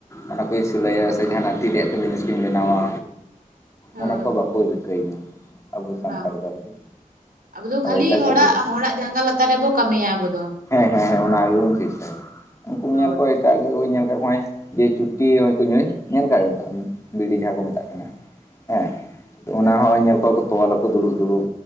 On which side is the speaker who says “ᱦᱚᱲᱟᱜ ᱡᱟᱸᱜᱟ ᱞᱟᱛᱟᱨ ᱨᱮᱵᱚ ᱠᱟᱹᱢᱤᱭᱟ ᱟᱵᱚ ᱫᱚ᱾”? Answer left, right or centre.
Right